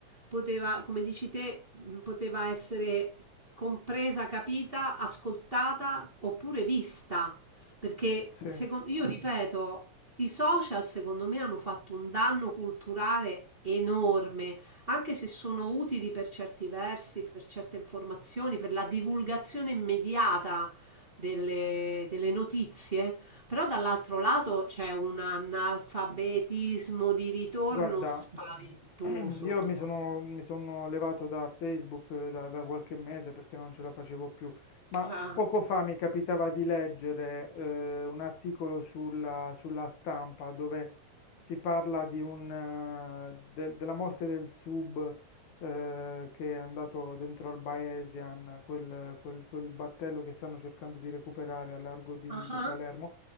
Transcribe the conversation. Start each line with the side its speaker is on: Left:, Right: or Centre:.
Right: poteva, come dici te, mh, poteva essere compresa, capita, ascoltata oppure vista, perché
Left: Sì.
Right: secon- io ripeto, i social secondo me hanno fatto un danno culturale enorme, anche se sono utili per certi versi, per certe informazioni, per la divulgazione immediata delle, delle notizie, però dall'altro lato c'è un analfabetismo di ritorno
Left: Guarda,
Right: spaventoso
Left: <clears throat> io
Right: proprio.
Left: mi sono, mi sono levato da Facebook eh, da, da qualche mese perché non ce la facevo più, ma
Right: Ah,
Left: poco fa mi capitava di leggere eh, un articolo sulla, sulla stampa dove si parla di un, eh, del- della morte del sub eh, che è andato dentro al Baesian, quel, quel- quel battello che stanno cercando di recuperare a largo di
Right: ah.
Left: di
Right: ah.
Left: Palermo.